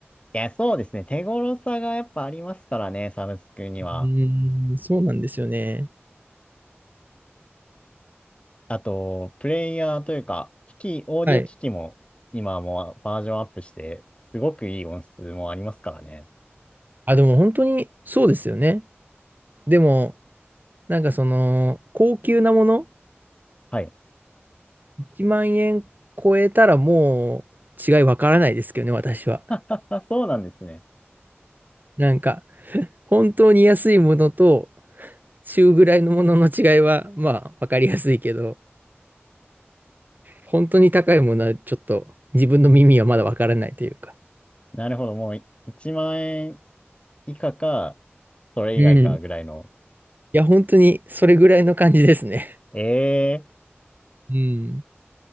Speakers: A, on the left; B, on the right.
A: いや、そうですね。手頃さがやっぱありますからね、サブスクには。
B: うーん、そうなんですよね。
A: あと、プレイヤーというか、機器、オーディオ機器も今はもうバージョンアップして、
B: はい。
A: すごくいい音質もありますからね。
B: あ、でも本当にそうですよね。でも、なんかその、高級なもの、
A: はい。
B: 1万円超えたらもう違いわからないですけどね、私は。
A: <laughs> そうなんですね。
B: なんか、本当に安いものと中ぐらいのものの違いは、まあ、わかりやすいけど、本当に高いものはちょっと自分の耳はまだわからないというか。
A: なるほど。もう1万円以下か、それ以外かぐらいの。
B: うん。いや、本当にそれぐらいの感じですね。
A: ええ
B: うん。